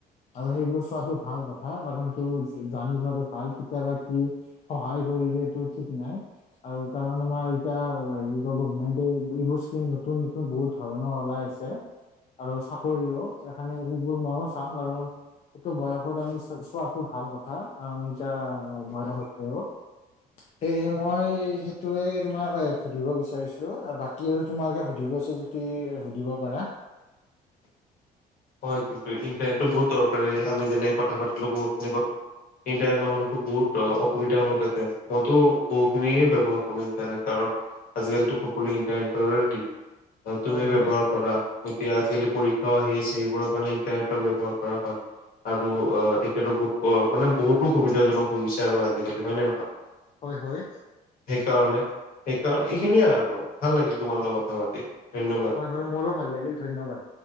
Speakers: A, on the left (about 40°); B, on the left (about 55°).
A: আৰু সেইবোৰ চোৱাতটো ভাল কথা কাৰণ তোৰ জানি থোৱাটো ভাল। কেতিয়াবা কি সহায় কৰি দিয়টো ঠিক নাই আৰু কাৰণ আমাৰ এতিয়া হেৰি গভমেন্ট এইবোৰ স্কিম নতুন নতুন বহুত ধৰণৰ ওলাই আছে আৰু চাকৰিও সেইকাৰণে এইবোৰ মইও চাওঁ কাৰণ সেইটো বয়সত আমি চো চোৱাতটো ভাল কথা আমি এতিয়া আৰ বয়স হৈছেও সেয়ে মই সেইটোৱে তোমাক সুধিব বিচাৰিছো। আৰু বাকী আৰু তোমালোকে সুধিবা চোন যদি সুধিব পাৰা।
B: হয় কিন্তু ইন্টাৰনেট টো বহুত দৰকাৰী। আমি যেনে কথা পাতিলো বহুখিনি। ইণ্টাৰনেট নহলেতো বহুত অসুবিধা হল হেতেন। মইতো বহু খিনিয়ে ব্যৱহাৰ কৰো ইণ্টাৰনেট কাৰণ আজিকালি সকলোৱে ইন্টাৰনেটৰে দিন। তুমি
A: হয়
B: ব্যৱহাৰ
A: হয়
B: কৰা এতিয়া আজি পৰীক্ষাও আহি আছে। সেইবোৰৰ কাৰণে ইন্টাৰনেটৰ ব্যৱহাৰ কৰা হয় আৰু অ', এতিয়াতো বহুত মানে বহুতো সুবিধাজনক হৈ গৈছে আৰু আজিকালি হয় নে নহয়।
A: হয় হয়।
B: সেইকাৰণে-সেইকাৰণে এইখিনিয়ে আৰু ভাল লাগিল তোমাৰ লগত কথা পাতি। ধন্যবাদ।
A: হয় হয় মোৰো ভাল লাগিল, ধন্যবাদ।